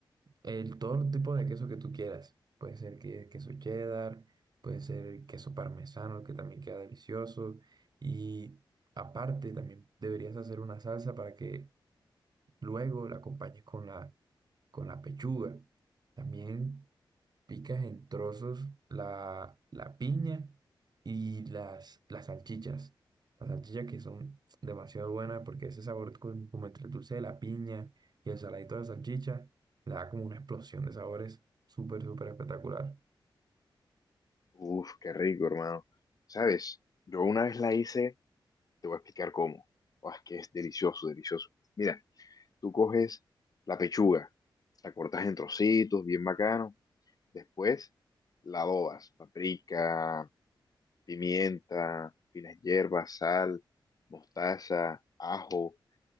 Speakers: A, on the right; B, on the left.
A: El, todo el tipo de queso que tú quieras. Puede ser que, queso cheddar, puede ser queso parmesano, que también queda delicioso. Y aparte, también deberías hacer una salsa para que luego la acompañes con la, con la pechuga. También. Picas en trozos la, la piña y las, las salchichas. Las salchichas que son demasiado buenas porque ese sabor con- como entre el dulce de la piña y el saladito de la salchicha le da como una explosión de sabores súper, súper espectacular.
B: Uf, qué rico, hermano. ¿Sabes? Yo una vez la hice, te voy a explicar cómo. Oh, es que es delicioso, delicioso. Mira, tú coges la pechuga, la cortas en trocitos, bien bacano. Después la adobas, paprika, pimienta, finas hierbas, sal, mostaza, ajo